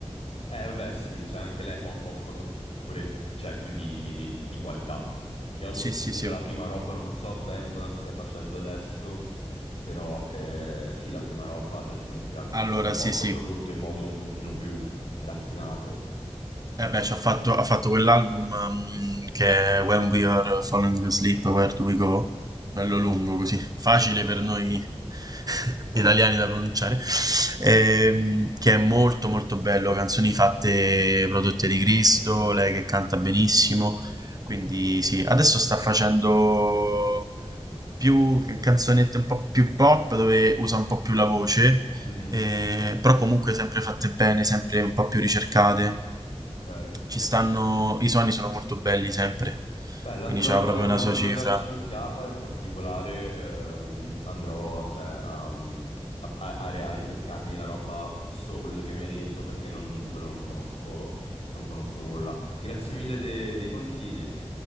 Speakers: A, on the left; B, on the right.
A: Eh, vabbè, sì, cioè anche lei fa un po' po- cap- pure, cioè, più di, di- di qualità. Io avevo
B: Sì,
A: sentito
B: sì, sì.
A: la prima roba, non so bene cosa stia facendo adesso, però eh, sì, la prima roba già si sentiva comunque
B: Allora,
A: era un pop
B: sì, sì.
A: prodotto in modo un pochino più raffinato.
B: Eh beh, ci ha fatto, ha fatto quell'album ehm, che è When We Are Falling Asleep, Where Do We Go? Bello
A: Ah,
B: lungo così, facile per noi <laughs> italiani da pronunciare, Ehm, che è molto molto bello, canzoni fatte
A: mhm,
B: prodotte di Cristo, lei che canta benissimo, quindi sì, adesso sta facendo più canzonette un po' più pop dove usa un po' più la voce,
A: mhm,
B: eh, però comunque sempre fatte bene, sempre un po' più ricercate
A: Ok.
B: ci stanno, i suoni sono molto belli sempre,
A: Bella,
B: quindi
A: andrò,
B: c'ha proprio una sua
A: andrò
B: cifra.
A: a darci un'occhiata, in particolare ehm, andrò cioè, ehm, a, a- a- a ripescarmi la roba Soul che mi hai detto perché non- di quello non conosco, non conosco nulla. Grazie mille de- dei consigli,